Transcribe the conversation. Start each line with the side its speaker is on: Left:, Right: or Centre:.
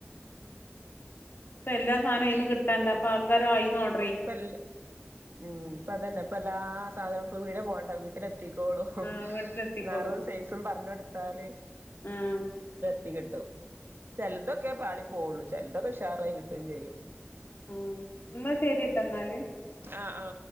Left: ഉം ഇപ്പോ എല്ലാ സാധനവും അയിന്ന് കിട്ടാനുണ്ട് അപ്പോ ആൾക്കാര് അയിന്ന് ഓർ
Right: ഇപ്പോ എല്ലാ മം ഇപ്പോ അതന്നെ ഇപ്പ എല്ലാ സാധനവും ഇപ്പ എവിടേയും പോകണ്ട വീട്ടിലെത്തി ക്കോളും
Left: ആ വീട്ടിലെത്തിക്കോളും
Right: നിറവും സൈസും പറഞ്ഞ് കൊടുത്താല്
Left: ഉം
Right: ത്തികിട്ടും ചെലതൊക്കെ പാളി പോവുള്ളു ചെലതൊക്കെ ഉഷാറായി കിട്ടുകയും ചെയ്യും
Left: ഉം എന്നാ ശരിട്ടോ എന്നാല്
Right: ആ ആ